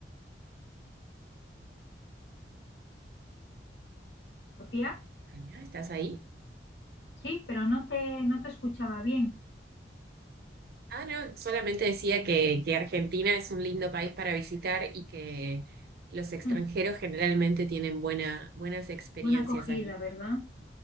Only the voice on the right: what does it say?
Tania, ¿Estás ahí?
Ah, no, solamente decía que, que Argentina es un lindo país para visitar y que los extranjeros
generalmente tienen buena, buenas experiencias
aquí.